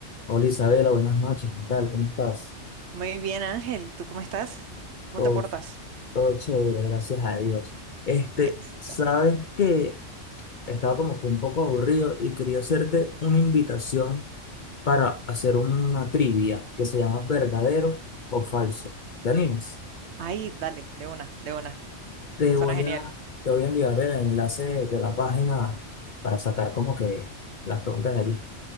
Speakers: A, on the left; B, on the right.
A: Hola Isabela, buenas noches, ¿qué tal? ¿Cómo estás?
B: Muy bien, Ángel, ¿tú cómo estás? ¿Cómo
A: Todo,
B: te portas?
A: todo chévere, gracias a Dios. Este,
B: Qué éxito.
A: sabes que estaba como que un poco aburrido y quería hacerte una invitación para hacer una trivia que se llama verdadero o falso. ¿Te animas?
B: Ay, dale, de una, de una.
A: Te
B: Suena
A: voy
B: genial.
A: a, te voy a enviar el enlace de la página para sacar como que las preguntas de allí.